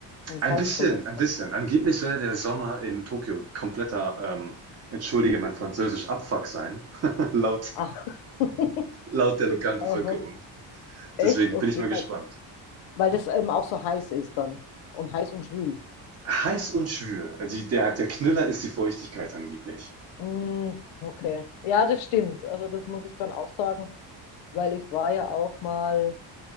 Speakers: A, on the left (about 85°); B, on the right (about 35°).
A: In
B: Ein
A: Salzburg
B: bisschen,
A: ist
B: ein
A: es auch
B: bisschen. Angeblich
A: schwül.
B: soll ja der Sommer in Tokio kompletter, ähm, entschuldige mein Französisch, Abfuck sein, <laughs> laut,
A: Ach, <laughs>
B: laut der lokalen
A: aha,
B: Bevölkerung.
A: echt?
B: Deswegen
A: Okay,
B: bin ich mal gespannt.
A: weil, weil das eben auch so heiß ist dann. Und heiß und schwül.
B: Heiß und schwül. Also Die, der, der Knüller ist die Feuchtigkeit angeblich.
A: Mm, okay, ja, das stimmt. Also, das muss ich dann auch sagen. weil ich war ja auch mal,